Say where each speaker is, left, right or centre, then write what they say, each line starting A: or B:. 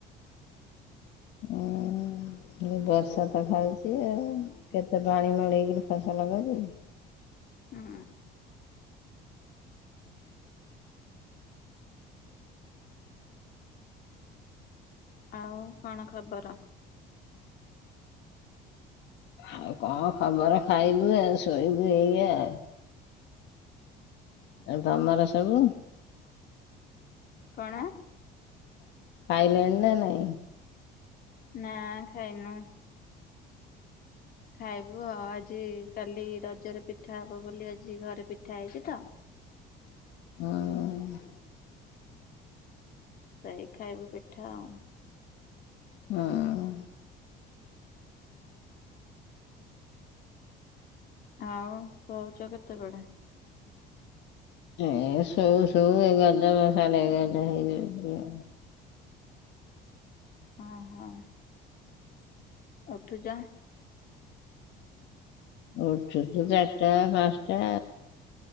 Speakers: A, on the left; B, on the left.
A: ହୁଁ। ବର୍ଷା ତ ଖାଉଛି ଆଉ କେତେ ପାଣି ମଳେଇକରି ଫସଲ କରିବି‌।
B: ହୁଁ। ଆଉ କଣ ଖବର?
A: ଆଉ କଣ ଖବର ଖାଇବୁ ଆଉ ଶୁଣିବୁ ଏଇଆ ଆଉ। ଏ ତମର ସବୁ?
B: କଣ?
A: ଖାଇଲଣି ନା ନାଇଁ।
B: ନା ଖାଇନୁ? ଖାଇବୁ ଆଉ ଆଜି କାଲି ରଜରେ ପିଠା ହବ ବୋଲି ଆଜି ଘରେ ପିଠା ହେଇଛି ତ।
A: ହଁ।
B: ସେଇ ଖାଇବୁ ପିଠା ଆଉ।
A: ହଁ।
B: ଆଉ ଶଉଛ କେତେବେଳେ?
A: ଏ ଶୋଉ ଶୋଉ ଏଗାର ଟା ବାରଟା ହେଇଯାଉଛି।
B: ହଁ ହଁ। ଉଠୁଛ?
A: ଓଛୁ ତୁ ଚାରିଟା ପାଞ୍ଚଟା।